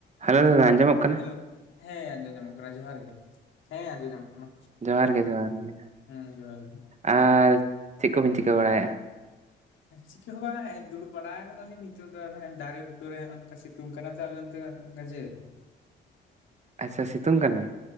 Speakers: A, on the right; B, on the left.
A: Hello ᱫᱟᱫᱟ ᱟᱸᱡᱚᱢᱚᱜ ᱠᱟᱱᱟ
B: ᱦᱮᱞᱳ᱾ ᱦᱮᱸ ᱟᱸᱡᱚᱢ ᱧᱟᱢᱚᱜ ᱠᱟᱱᱟ᱾ ᱡᱚᱦᱟᱨ ᱜᱮ? ᱦᱮᱸ ᱟᱡᱸᱡᱚᱢ ᱧᱟᱡᱚᱢ ᱠᱟᱱᱟ᱾
A: ᱡᱚᱦᱟᱨ ᱜᱮ ᱡᱚᱦᱟᱨ ᱜᱮ
B: ᱦᱮᱸ ᱡᱚᱦᱟᱨ ᱜᱤ᱾
A: ᱟᱨ ᱪᱮᱜ ᱠᱚᱵᱮᱱ ᱪᱤᱠᱟᱹ ᱵᱟᱲᱟᱭᱮᱜ-ᱟ?
B: ᱪᱤᱠᱟᱹ ᱦᱚᱸ ᱵᱟᱝᱟ, ᱦᱮᱸᱜ-ᱮ ᱫᱩᱲᱩᱵ ᱵᱟᱲᱟ ᱟᱠᱟᱱᱟᱞᱤᱧ᱾ ᱱᱤᱛᱚᱜ ᱫᱚ ᱟᱫᱚ ᱫᱟᱨᱮ ᱵᱩᱴᱟᱹᱨᱮ, ᱦᱚᱜᱼᱚ ᱱᱚᱝᱠᱟ ᱥᱤᱛᱩᱝ ᱠᱟᱱᱟ ᱛᱚ <unintelligible> ᱡᱮ
A: ᱟᱪᱪᱷᱟ ᱥᱤᱛᱩᱝ ᱠᱟᱱᱟ?